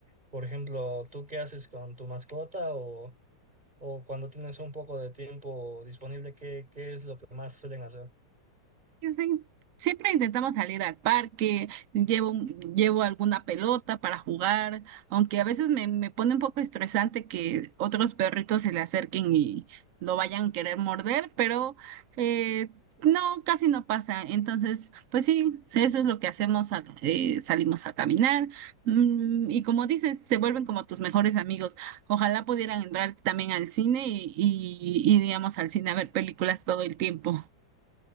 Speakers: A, on the right (about 25°); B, on the right (about 80°).
A: Por ejemplo, ¿tú qué haces con tu mascota o, o cuando tienes un poco de tiempo disponible, qué, qué es lo que más suelen hacer?
B: Sí, sí. siempre intentamos salir al parque, llevo, llevo alguna pelota para jugar, aunque a veces me, me pone un poco estresante que otros perritos se le acerquen y lo vayan a querer morder, pero eh, no, casi no pasa. Entonces, pues sí, eso es lo que hacemos, al- eh, salimos a caminar mm, y como dices, se vuelven como tus mejores amigos. Ojalá pudieran entrar también al cine y, y iríamos al cine a ver películas todo el tiempo.